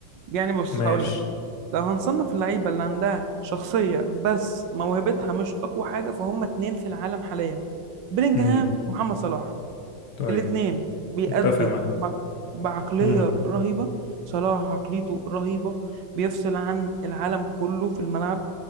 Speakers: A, on the right; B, on the left.
A: يعني بص
B: ماشي
A: هقول لك لو هنصنف اللعيبة اللي عندها شخصية بس موهبتها مش أقوى حاجة فهم اتنين في العالم حاليا بيلينجهام
B: امم
A: ومحمد صلاح
B: طيب
A: الاتنين بيأدوا
B: متفق معاك
A: ب- بعقلية
B: امم
A: رهيبة صلاح عقليته رهيبة بيفصل عن العالم كله في الملعب